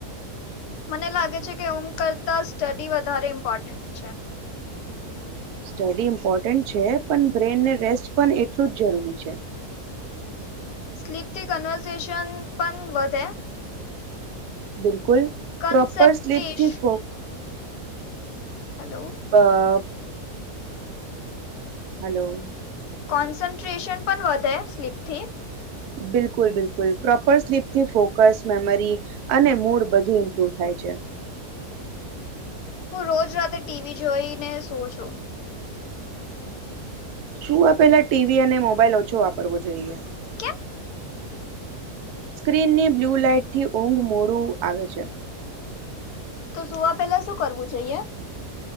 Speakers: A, on the left; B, on the right.
A: મને લાગે છે કે ઊંઘ કરતા સ્ટડી વધારે ઇમ્પોર્ટન્ટ છે.
B: સ્ટડી ઇમ્પોર્ટન્ટ છે પણ બ્રેન ને રેસ્ટ પણ એટલું જ જરૂરી છે.
A: સ્લીપ થી કન્વર્સેેશન પણ વધે.
B: બિલકુલ
A: કન્સેપ્ટેશ
B: પ્રોપર સ્લીપથી ફો
A: હલો.
B: અ હલો.
A: કોન્સન્ટ્રેશન પણ વધે સ્લીપથી
B: બિલકુલ બિલકુલ પ્રોપર સ્લીપથી ફોકસ મેમરી અને મૂડ બધું ઇમ્પ્રુવ થાય છે.
A: હું રોજ રાતે ટીવી જોઈને સુવ છું
B: શું આપેલા ટીવી અને મોબાઈલ ઓછો વાપરવો જોઈએ.
A: કેમ
B: સ્ક્રીન ની બ્લુ લાઈટ થી ઊંઘ મોડું આવે છે.
A: તો સુવા પહેલાં શું કરવું જોઈએ.